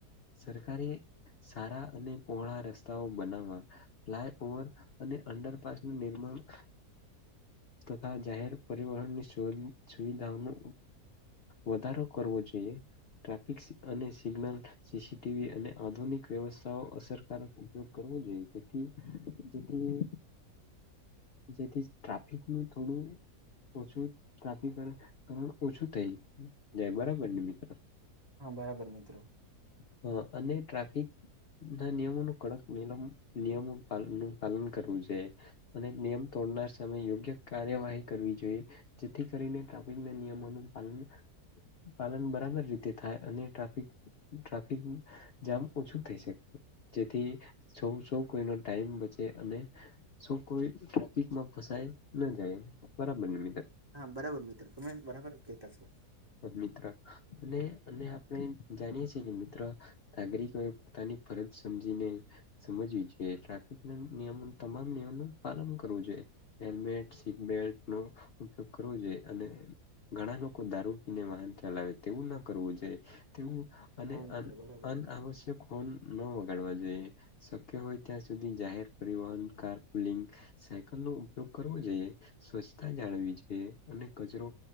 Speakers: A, on the left (about 60°); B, on the right (about 20°).
A: સરકારે સારા અને પહોળા રસ્તાઓ બનાવવા ફ્લાય ઓવર અને અંડરપાસનું નિર્માણ તથા જાહેર પરિવહનની સુવિધાઓનું વધારો કરવો જોઈએ ટ્રાફિક અને સિગ્નલ સીસીટીવી અને આધુનિક વ્યવસ્થાઓ અસરકારક ઉપયોગ કરવો જોઈએ જેથી જેથી જેથી ટ્રાફિક નું થોડું ઓછું ટ્રાફિક ઓછું થઈ જાય બરાબર ને મિત્રો
B: હા બરાબર મિત્રો.
A: હ અને ટ્રાફિક ના નિયમો ન કડક નિમ નિયમો નું પાલન કરવું જોઈ અને નિયમ તોડનાર છે તમે યોગ્ય કાર્યવાહી કરવી જોઈએ જેથી કરીને ટ્રાફિક ના નિયમોનું પાલન પાલન બરાબર રીતે થાય અને ટ્રાફિક ટ્રાફિક જામ ઓછું થઈ શકે જેથી સૌ સૌ કોઈ ન ટાઈમ બચે અને સૌ કોઈ ટ્રાફિકમાં ફસાય ન જાય બરાબર ને મિત્ર.
B: હા બરાબર મિત્ર તમે બરાબર કેતા છો.
A: મિત્ર અને અને આપણે જાણીય છીએ કે મિત્ર નાગરિકોએ પોતાની ફરજ સમજીને સમજવી જોઈએ ટ્રાફિક ના નિયમો તમામ નિયમ નું પાલન કરવું જોઈએ. હેલ્મેટ સીટ બેલ્ટ નો ઉપયોગ કરવો જોઈએ અને ઘણા લોકો દારૂ વાહન ચલાવે તેવું ન કરવું જોઈએ તેવું અને
B: હા મિત્ર
A: અન
B: બરાબર
A: અનઆવશ્યક હોર્ન ન વગાડવા જોઈએ શક્ય હોય ત્યાં સુધી જાહેર પરિવહન કાર પુલિંગ સાયકલ નો ઉપયોગ કરવો જોઈએ સ્વચ્છતા જાળવી જોઈએ અને કચરો